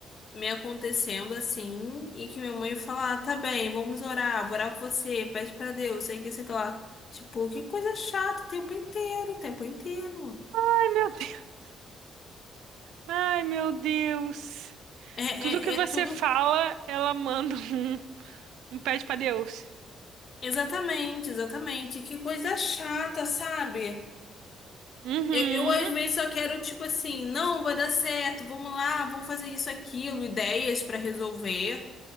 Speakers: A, on the left; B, on the right.
A: me acontecendo assim, e que minha mãe fala, ah, tá bem, vamos orar, vou orar por você, pede pra Deus, sei que, sei que lá. Tipo, que coisa chata o tempo inteiro, o tempo inteiro.
B: Ai, meu Deus. Ai, meu Deus.
A: É,
B: Tudo
A: é,
B: que você
A: é tudo.
B: fala, ela manda um, um pede pra Deus.
A: Exatamente, exatamente. Que coisa chata, sabe?
B: Uhum.
A: Eu, eu, às vezes só quero, tipo assim, não, vai dar certo, vamos lá, vamos fazer isso, aquilo, ideias pra resolver.